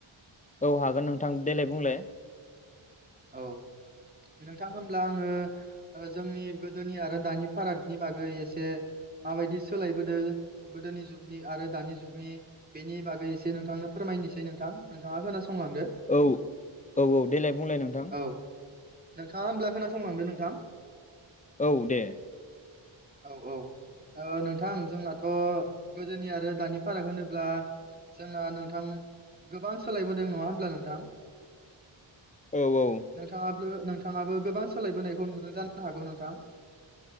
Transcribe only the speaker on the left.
औ हागोन नोंथां देलाय बुंलाय
औ औ औ देलाय बुंलाय नोंथां
औ दे
औ औ।